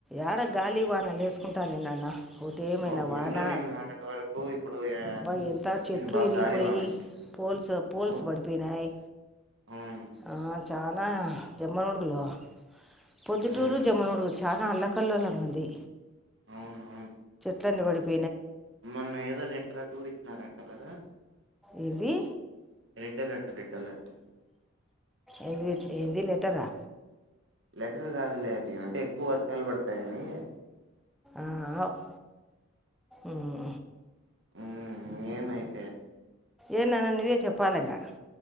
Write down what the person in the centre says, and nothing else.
ఏడ గాలి వానలు వేసుకుంటాంది నాన్న ఒకటే ఏమైనా
వాన
అబ్బా ఎంత
చెట్లు
విరిగిపోయి
పోల్స్ పోల్స్
పడిపోయినాయి.
ఆహ్ చానా జమ్మలమడుగులో పొద్దుటూరు
జమ్మలమడుగు చానా అల కల్లోలముంగుంది.
తండ పడిపొ
ఏంది.
ఏం ఏంది లెటరా.
ఆహ్ ఆవ్ ఉమ్
ఏం నాన్న నువ్వే చెప్పాలి ఇంకా.